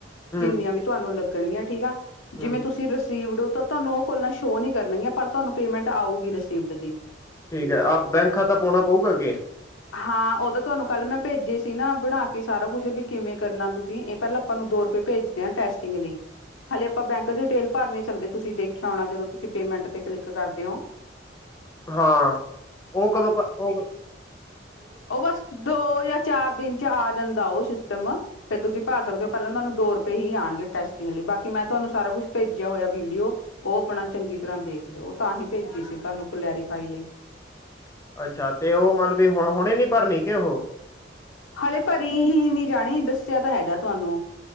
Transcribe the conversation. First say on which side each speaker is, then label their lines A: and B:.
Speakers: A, on the left; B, on the left.
A: ਹੂੰ
B: ਜਿੰਨੀਆਂ ਵੀ ਤੁਆਨੂੰ ਲੱਗਣ ਗੀਆਂ ਠੀਕ ਆ,
A: ਹੂੰ
B: ਜਿਵੇਂ ਤੁਸੀਂ ਰਿਸੀਵਡ ਹੋ ਤਾਂ ਤਹਾਨੂੰ ਓਹ ਕੋੋਲਾਂ ਸ਼ੋ ਨੀ ਕਰਨਗੀਆਂ ਪਰ ਤੁਆਨੂੰ ਪੇਮੈਂਟ ਆਊਗੀ ਰਸੀਪਡ ਦੀ।
A: ਠੀਕ ਹੈ, ਆਪ ਬੈਂਕ ਖਾਤਾ ਪਾਉਣਾ ਪਊਗਾ ਅੱਗੇ।
B: ਹਾਂ ਉਹ ਤਾਂ ਤੁਹਾਨੂੰ ਕੱਲ੍ਹ ਮੈਂ ਭੇਜੇ ਸੀ ਨਾ, ਬਣਾ ਕੇ ਸਾਰਾ ਕੁਛ ਵੀ ਕਿਵੇਂ ਕਰਨਾ, ਤੁਸੀਂ ਇਹ ਪਹਿਲਾਂ ਤੁਹਾਨੂੰ ਦੋ ਰੁਪਏ ਭੇਜਦੇ ਹਾਂ ਟੈਸਟਿੰਗ ਲਈ। ਹਾਲੇ ਆਪਾਂ ਬੈਂਕ ਡਿਟੇਲ ਭਰ ਨੀ ਸਕਦੇ ਤੁਸੀਂ ਦੇਖਿਆ ਹੋਣਾ, ਜਦੋਂ ਤੁਸੀਂ ਪੇਮੈਂਟ'ਤੇ ਕਲਿੱਕ ਕਰਦੇ ਹੋ।
A: ਹਾਂ, ਓ ਕਦੋਂ ਓ
B: ਓ ਬਸ ਦੋ ਯਾਂ ਚਾਰ ਦਿਨ ਚਾ ਆ ਜਾਂਦਾ ਓ ਸਿਸਟਮ ਫੇਰ ਤੁਸੀਂ ਪਰ ਸਕਦੇ ਹੋ, ਪੈਲਾਂ ਓਨੂੰ ਦੋ ਰੁਪਏ ਹੀ ਆਣਗੇ। ਟੈਸਟਿੰਗ ਲਈ, ਬਾਕੀ ਮੈਂ ਤਹਾਨੂੰ ਸਾਰਾ ਕੁਛ ਭੇਜਿਆ ਹੋਇਆ ਵੀਡੀਓ। ਓ ਬਣਣ ਚੰਗੀ ਤਰ੍ਹਾਂ ਦੇਖ ਲਓ, ਓ ਤਾਂ ਹੀ ਪੇਜੀ ਸੀ ਤੁਆਨੂੰ ਕਲੈਰੀਫਾਈ ਲਈ।
A: ਅੱਛਾ, ਤੇ ਓਹ ਮਲਬ ਵੀ ਹੁਣ ਹੁਣੇ ਨੀ ਪਰਨੀ ਕਿ ਓਹ
B: ਹਲੇ ਪਰੀ ਹੀ ਨੀ ਜਾਣੀ, ਦੱਸਿਆ ਤਾਂ ਹੈਗਾ ਤਆਨੂੰ।